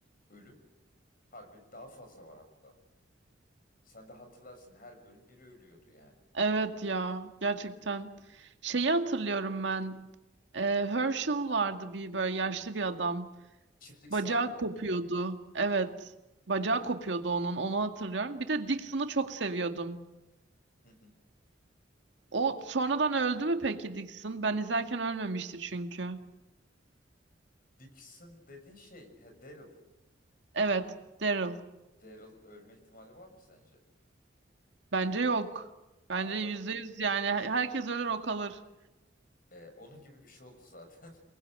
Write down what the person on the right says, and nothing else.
Evet ya gerçekten. Şeyi hatırlıyorum ben. Ee, Herschel vardı bir böyle yaşlı bir adam.
Bacağı
kopuyordu. Evet. Bacağı
kopuyordu onun. Onu hatırlıyorum. Bir de Dixon'ı çok seviyordum.
O sonradan öldü mü peki Dixon? Ben izlerken ölmemişti çünkü.
Evet. Daryl.
Bence yok. Bence
yüzde yüz yani herkes ölür o kalır.